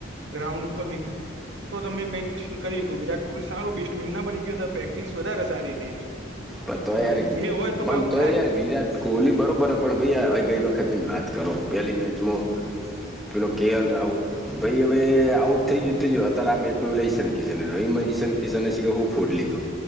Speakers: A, on the right (about 75°); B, in the centre.
A: ગ્રાઉન્ડ ઉપરની તો તમે કઈક કરી શકો વિરાટ કોહલી સારો બેસ્ટમેન ના બની ગયો પ્રેક્ટિસ વધારે સારી હતી એની.
B: પન તોય
A: અને
B: યાર
A: આમ જે હોય તો
B: મને
A: પાછું
B: તોય
A: થાય
B: યાર વિરાટ કોહલી બરોબર હ પણ ભાઈ હવે ગઈ વખતની જ વાત કરો પેલી મેચમાં પેલો કે એલ રાહુલ ભાઈ હવે આઉટ થઈ જતી અત્યારે આ મેચમાં પલે ઈશાન, કિશનમાં ઈશાન કિશન કે હું ફૂટ લીધું,